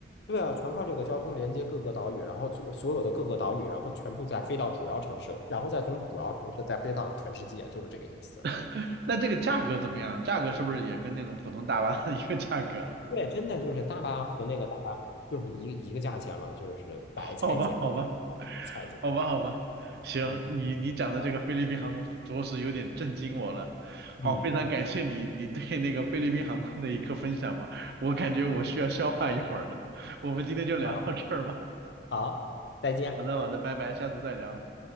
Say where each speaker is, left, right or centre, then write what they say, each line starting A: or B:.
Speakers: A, on the left (about 65°); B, on the right (about 60°).
A: 对啊，全靠这个交通连接各个岛屿，然后所所有的各个岛屿，然后全部再飞到主要城市，然后再从主要城市再飞到全世界，就是这个意思。
B: <laughs> 那这个价格怎么样？价格是不是也跟那种普通大巴的一个价格？
A: 对，真的就是大巴和那个大巴就是一个一个价钱了，就是白菜价，
B: <laughs> 好吧，好吧，
A: 这个叫白菜价。
B: 好吧，好吧，行，
A: 嗯，
B: 你你讲的这个菲律宾航空着实有点震惊我了。
A: 对啊，嗯，
B: 好，非常感谢你你对那个菲律宾航空的一个分享吧，我感觉我需要消化一会儿了。我们今天就聊到这儿吧。
A: 好，好，再见。
B: 好的，好的，拜拜，下次再聊。